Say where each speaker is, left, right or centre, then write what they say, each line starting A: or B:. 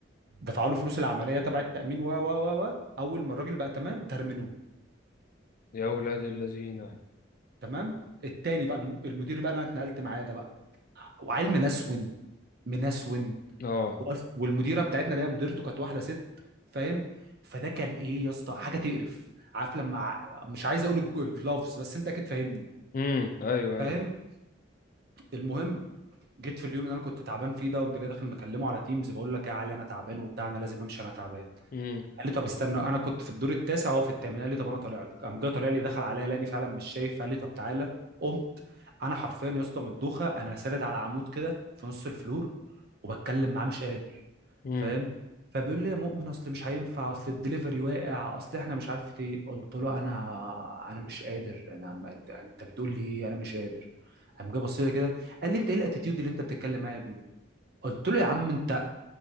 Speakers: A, on the right; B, on the left.
A: دفعوا له فلوس العمليه تبع التامين و و و و. اول ما الراجل بقى تمام ترمنوه
B: يا اولاد الذين اه
A: تمام التاني بقى الم- المدير بقى اللي انا اتنقلت معاه ده بقى وعيل منسون منسون
B: اه
A: وأص- والمديره بتاعتنا اللي هي مديرته كانت واحده ست فاهم فده كان ايه يا اسطى حاجه تقرف عارف لما ع- مش عايز اقول الج- اللفظ بس انت اكيد فاهمني
B: امم ايوه
A: فاهم
B: ايوه
A: المهم جيت في اليوم اللي انا كنت تعبان فيه ده قمت جاي داخل مكلمه على تيمز بقول لك يا علي انا تعبان وبتاع انا لازم امشي انا تعبان
B: امم
A: قال لي طب استنى انا كنت في الدور التاسع وهو في الثامن قال لي طب انا طالع لك قام جه طالع لي دخل عليا لاني فعلا مش شايف قال لي طب تعالى قمت انا حرفيا يا اسطى من الدوخه انا ساند على عمود كده في نص الفلور وبتكلم معاه مش قادر
B: امم
A: فاهم فبيقول لي يا مؤمن اصل مش هينفع اصل الدليفري واقع اصل احنا مش عارف ايه قلت له انا انا مش قادر انا ما- انت بتقول لي ايه انا مش قادر قام جه بص لي كده قال لي انت ايه الاتيتيود اللي انت بتتكلم معايا بيه ده قلت له يا عم انت